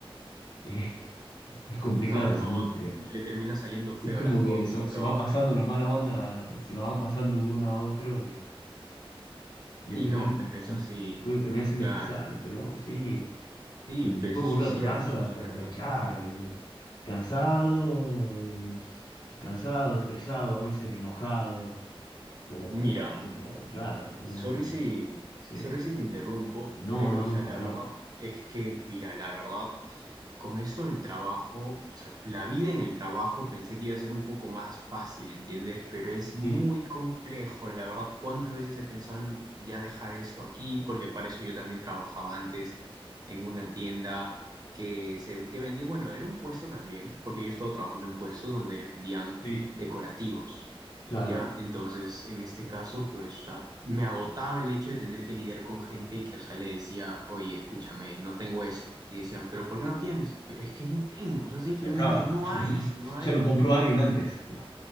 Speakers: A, on the left; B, on the right.
A: y <laughs> es complicada
B: no, no,
A: esa industria.
B: le termina saliendo feo
A: Es como
B: las cosas
A: que se,
B: y todo.
A: se va pasando la mala onda, se la van pasando de uno a otro y, y
B: Y
A: al final
B: no, pues no es así,
A: puede terminar siendo
B: claro.
A: estresante, ¿no? Sí.
B: Sí,
A: Después
B: pues eso
A: volver
B: es
A: a
B: cierto,
A: tu casa,
B: eso es cierto.
A: eh, claro, eh, cansado, eh, cansado, estresado, a veces enojado por
B: Mira,
A: algo, por- claro, por
B: Sorry
A: un-
B: si,
A: sí.
B: sorry si te interrumpo,
A: No,
B: pero
A: no,
B: o
A: no,
B: sea,
A: para
B: la verdad
A: nada.
B: es que, mira, la verdad, con esto del trabajo, o sea, la vida en el trabajo pensé que iba a ser un poco más fácil, ¿entiendes? Pero es muy
A: Sí,
B: complejo, la verdad, ¿cuántas veces he pensado en ya dejar esto aquí? Porque para eso yo también trabajaba antes en una tienda que, se, que vendía, bueno, era un puesto también, porque yo estaba trabajando en puestos donde vendían
A: sí,
B: decorativos.
A: claro,
B: ¿ya? Entonces, en este caso, pues, o sea, me agotaba el hecho de tener que lidiar con gente que, o sea, le decía, oye, escúchame, no tengo esto. Y decían, pero ¿por qué no tienes? Pero es que no tengo, o sea, simplemente
A: se acaba.
B: no
A: <laughs>
B: hay, y si no hay,
A: Ya lo compró alguien
B: li-
A: antes. <laughs>